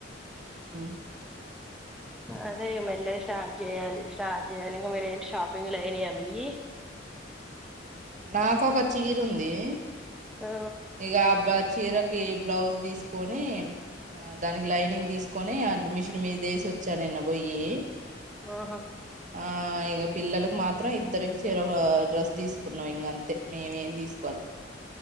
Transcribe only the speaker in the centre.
అదే మెల్లగ స్టార్ట్ చేయాలి స్టార్ట్ చేయాలి ఇంగ మీరేంటి షాపింగ్లు అయినియా మియి ఈ
ఆ
ఆహా